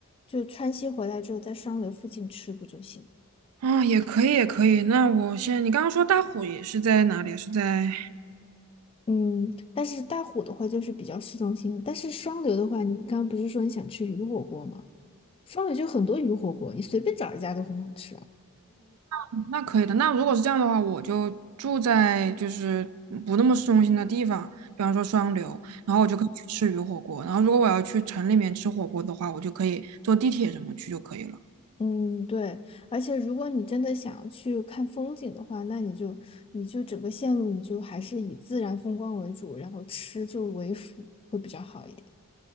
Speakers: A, on the left; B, on the right.
A: 就川西回来之后，在双流附近吃不就行了
B: 啊、也可以，也可以。那我先，你刚刚说大虎也是在哪里啊？是在，
A: 嗯，但是大虎的话就是比较市中心，但是双流的话，你刚刚不是说你想吃鱼火锅吗？双流就很多鱼火锅，你随便找一家都很好吃啊。
B: 嗯那可以的。那如果是这样的话，我就住在就是不那么市中心的地方，比方说双流，然后我就可以去吃鱼火锅。然后如果我要去城里面吃火锅的话，我就可以坐地铁什么去就可以了。
A: 嗯，对，而且如果你真的想要去看风景的话，那你就你就整个线路你就还是以自然风光为主，然后吃就为辅，会比较好一点。